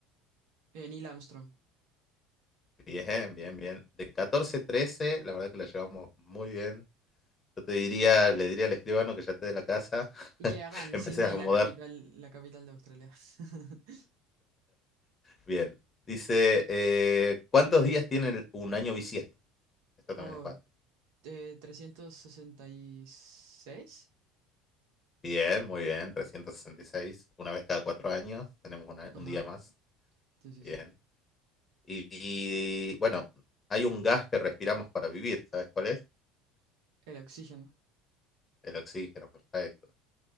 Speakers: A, on the right (about 70°); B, on the left (about 30°).
A: Eh, Neil Armstrong.
B: Bien, bien, bien. De catorce trece la verdad que la llevamos muy bien. Yo te diría, le diría al escribano que ya esté de la casa.
A: Y
B: <laughs>
A: que hagan
B: Empecé
A: Sydney
B: a
A: la
B: mudar.
A: capital, la capital de Australia. <laughs>
B: Bien. Dice, eh, ¿cuántos días tiene el- un año bisiesto? Esto
A: Oh,
B: también es fácil.
A: eh, 366.
B: Bien, muy bien. trescientos sesenta y seis Una vez cada cuatro años tenemos una-
A: Ajá.
B: un día más.
A: Sí, sí,
B: Bien.
A: sí.
B: Y, y, bueno, hay un gas que respiramos para vivir. ¿Sabes cuál es?
A: El oxígeno.
B: El oxígeno, perfecto.